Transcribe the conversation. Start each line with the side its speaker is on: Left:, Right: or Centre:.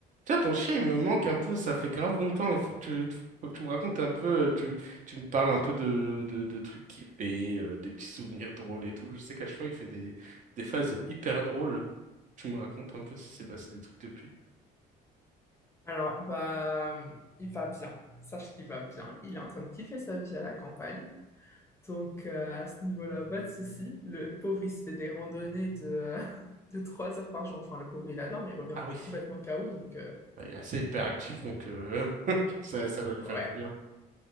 Right: Tiens, ton chien, il me manque un peu, ça fait grave longtemps. Il faut que tu, faut que tu me racontes un peu, euh, tu, tu me parles un peu de, de, de trucs qu'il fait, euh, des petits souvenirs drôles et tout. Je sais qu'à chaque fois, il fait des, des phases hyper drôles. Tu me racontes un peu si s'est passé des trucs depuis.
Left: Alors, bah, il va bien. Sache qu'il va bien. Il est en train de kiffer sa vie à la campagne. Donc, euh, à ce niveau-là, pas de souci. Le pauvre, il se fait des randonnées de, euh, <laughs> de 3 heures par jour. Enfin, le pauvre, il adore, mais il revient
Right: Ah oui,
Left: complètement KO. Donc, euh,
Right: bah, il est assez hyper actif donc euh, <laughs> ça, ça doit lui faire
Left: ouais,
Right: du bien.